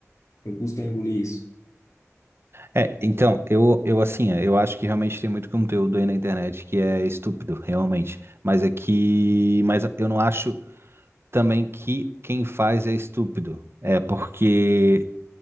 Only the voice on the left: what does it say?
Eu custa a engolir isso.